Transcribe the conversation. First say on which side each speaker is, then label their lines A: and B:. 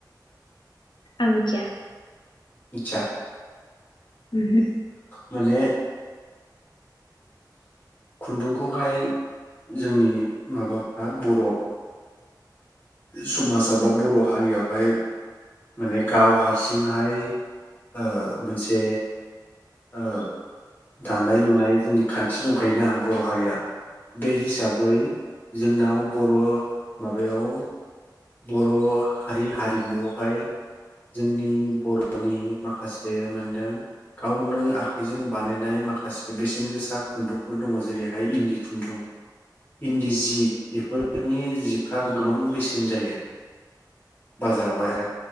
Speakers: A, on the left; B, on the left.
A: आं मिथिया
B: मिथिया
A: ओहो
B: माने खुन्दुंखौहाय जोंनि माबाफ्रा बर' समाजाव बा बर' हारियावहाय माने गाव हारसिंहाय ओ मोनसे ओ दानाय लुनाय जोंनि खान्थि दंखायोना बर' हारिया बे हिसाबै जोंनाव बर' माबायाव बर' हारि हारिमुआवहाय जोंनि बर'नि माखासे मोनदों गावनो आखाइजों बानायनाय माखासे बेसेन गोसा खुन्दुंफोर दङ जेरैहाय इन्दि खुन्दुं इन्दि जि बेफोरनि जिफ्राबो गोबां बेसेन जायो बाजारावहाय आरो